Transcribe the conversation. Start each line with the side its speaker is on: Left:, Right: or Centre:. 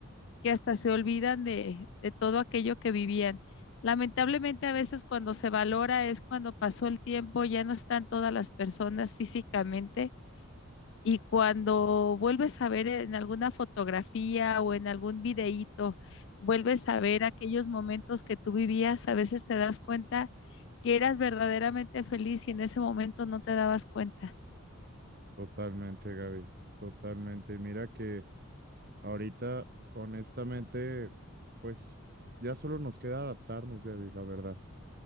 Left: que hasta se olvidan de, de todo aquello que vivían. Lamentablemente a veces cuando se valora es cuando pasó el tiempo, ya no están todas las personas físicamente y cuando vuelves a ver en alguna fotografía o en algún videíto, vuelves a ver aquellos momentos que tú vivías, a veces te das cuenta que eras verdaderamente feliz y en ese momento no te dabas cuenta.
Right: Totalmente, Gaby, totalmente. Y Mira que... Ahorita, honestamente, pues ya solo nos queda adaptarnos, Gaby, la verdad.